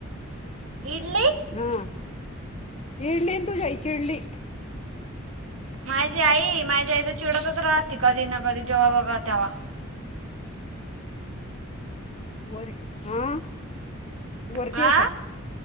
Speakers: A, on the right; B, on the left.
A: इडली.
B: हा इडलीन तू जाय चिडली
A: माझी आई माझी आईला चिडतच राहती. कधी ना कधी जेव्हा बघा तेव्हा
B: वर हा वरती
A: हा
B: असाल.